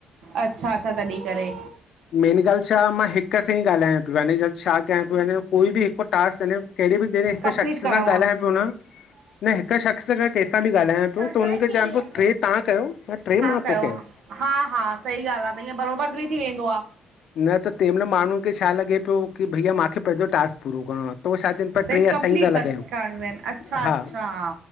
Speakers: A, on the right; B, on the left.
A: अच्छा अच्छा तॾहिं करे
B: मेन गाल्हि छा मां हिक हिक सां ही ॻाल्हायां पियो याने छा कयां पियोे कोई बि हिकु टास्क कहिड़ेी बि जॾहिं हिक
A: कंप्लीट
B: शख़्स
A: करिणो
B: सां ॻाल्हायां
A: आहे
B: पियो न न हिक शख़्स सां कंहिंसां बि ॻाल्हायां
A: तव्हां
B: पियो त हुन खे चवां पियो ट्रे तव्हां कयो ऐं ट्रे मां
A: कयो
B: थो
A: हा
B: कयां।
A: हा हा सही ॻाल्हि आहे त ईअं बरोबर बि थी वेंदो आ।
B: न त तंहिं महिल माण्हूनि खे छा लॻे पियो की भईया माखे पंहिंजो टास्क पूरो करणो आ। पो छा चईनि पया
A: भई
B: ट्रे
A: कंप्लीट
B: असां ही था
A: बसि
B: लॻायूं,
A: करणियूं आहिनि अच्छा अच्छा
B: हा।
A: हा।